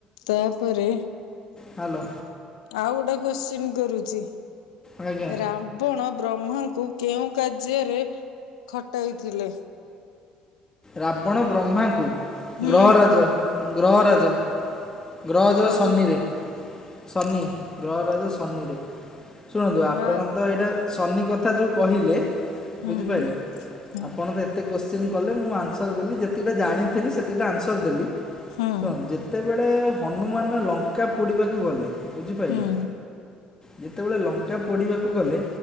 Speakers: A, on the left (about 75°); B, on the left (about 20°).
A: ତାପରେ
B: ହ୍ୟାଲୋ
A: ଆଉ ଗୋଟା କ୍ଵଶ୍ଚିନ୍ କରୁ ଚି।
B: ଆଜ୍ଞା
A: ରାବଣ ବ୍ରହ୍ମାଙ୍କୁ କେଉଁ କାର୍ଯ୍ୟରେ ଖଟାଇଥିଲେ?
B: ରାବଣ ବ୍ରହ୍ମାଙ୍କୁ
A: ହୁଁ
B: ଗ୍ରହରାଜ। ଗ୍ରହରାଜ। ଗ୍ରହଜର
A: ଗ୍ରହ
B: ଶନିରେ। ସନି। ଗ୍ରହରାଜ ଶନିରେ ଶୁଣନ୍ତୁ ଆପଣ
A: ନା
B: ତ ଏଇଟା ଶନି କଥା ଯୋଉ କହିଲେ
A: ହୁଁ
B: ବୁଝିପାରିଲେ
A: ହୁଁ
B: ଆପଣ ତ ଏତେ କୋଶ୍ଚିନ୍ କଲେ ମୁଁ ଆନ୍ସର ଦେଲି ଯେତିକିଟା ଜାଣିଥିଲି ସେତିକିଟା ଆନ୍ସର ଦେଲି।
A: ହୁଁ
B: ଶୁଣନ୍ତୁ ଯେତେବେଳେ ହନୁମାନ ଲଙ୍କା ପୋଡିବାକୁ ଗଲେ। ବୁଝିପାରିଲେ?
A: ହୁଁ
B: ଯେତେବେଳେ ଲଙ୍କା ପୋଡିବାକୁ ଗଲେ।